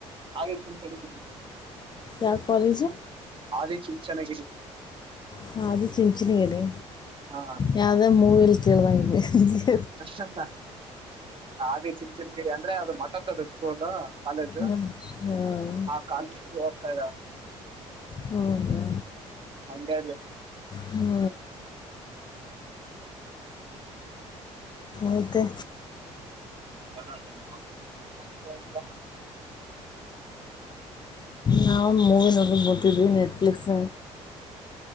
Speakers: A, on the right; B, on the left.
A: ಆ ರೀತಿಂತಿದ <inaudible>
B: ಯಾವ್ ಕಾಲೇಜ
A: ಆದಿಚುಂಚನಗಿರಿ
B: ಹಾ ಅದು ಚಿಂಚನ ಗಿರಿ
A: ಹಾ
B: ಯಾವದೇ ಮೂವಿಲ್ ಕಲಂಗ <inaudible>
A: ಸತ <inaudible> ಅದೇ ಚಿನ್ನ ಚಿನ್ ಗಿಡಿ ಅಂದ್ರೆ ಅದು ಮಟನ್ ತಡ ಸ್ಕೂಲ್ ಕಾಲೇಜ್
B: ಹಾಂ ಹಾಂ
A: ಆ ಕಾಲೇಜ ಓದ್ತಾ ಇದಾಳೆ
B: ಹ್ಮದಾ
A: ಮಂಡ್ಯಲ್ಲಿ
B: ಹ್ಮ <inaudible> ಹಂತೆ.
A: ಅಲ್ಲನ್ <inaudible> ಮತಲ್ಲ ಹ್ಮ್ಮ
B: ನಾವು ಮೂವಿ ನೋಡ್ ಬೋಗತಿದ್ವಿ ನೆಟ್ಫ್ಲಿಕ್ಸ್